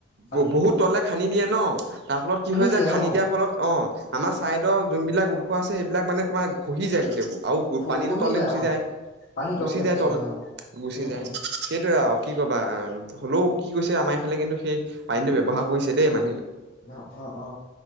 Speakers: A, on the left; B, on the right.
A: পানীটো
B: ব-বহুত তললে খান্দি দিয়ে ন', তাৰ ফলত কি হয় যে
A: দিয়ে
B: খান্দি
A: অ
B: দিয়া অ', আমাৰ ছাইডৰ যোনবিলাক উৎস আছে, সেইবিলাক মানে তোমাৰ ঘহি যায় গোটেইবোৰ। আৰু
A: খ
B: পানীটো
A: খহি
B: তললে গুচি
A: অ
B: যায়।
A: পানী তললৈ
B: গুচি যায় তল,
A: অ
B: গুচি
A: উম
B: যায়।
A: উম
B: সেইটোৱে আৰু কি ক'বা অ'। হ'লেও কি কৈছে আমাৰ এইফালে কিন্তু সেই পানীতটো ব্যৱহাৰ কৰিছে দেই মা
A: অ', অ', অ',